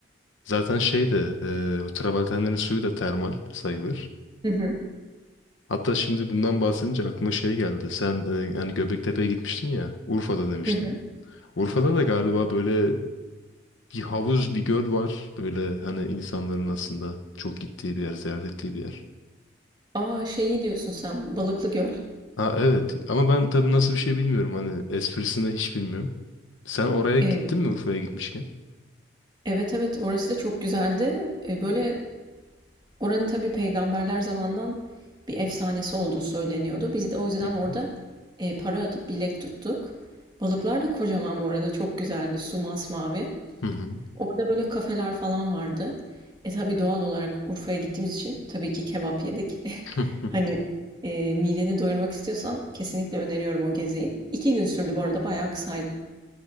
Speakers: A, on the left; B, on the right.
A: Zaten şey de e, travertenlerin suyu da termal sayılır.
B: Hı hı.
A: Hatta şimdi bundan bahsedince aklıma şey geldi. Sen e, hani Göbektepe'ye gitmiştin ya. Urfa'da demiştin.
B: Hı hı.
A: Urfa'da da galiba böyle bir havuz, bir göl var. Böyle hani insanların aslında çok gittiği bir yer, ziyaret ettiği bir yer.
B: A, şeyi diyorsun sen, Balıklıgöl.
A: Ha evet ama ben tabii nasıl bir şey bilmiyorum. Hani esprisini hiç bilmiyorum. Sen oraya
B: Eee,
A: gittin mi Urfa'ya gitmişken?
B: evet evet orası da çok güzeldi. Eee, böyle oranın tabii peygamberler zamandan bir efsanesi olduğu söyleniyordu. Biz de o yüzden
A: Hı hı.
B: orada eee, para atıp bilek tuttuk. Balıklar da kocaman bu arada çok güzeldi. Su masmavi.
A: Hı hı.
B: Orada böyle kafeler falan vardı. E tabii doğal olarak Urfa'ya gittiğimiz için tabii ki kebap yedik. <laughs>
A: <laughs>
B: Hani e, mideni doyurmak istiyorsan kesinlikle öneriyorum o geziyi. İki gün sürdü bu arada bayağı kısaydı.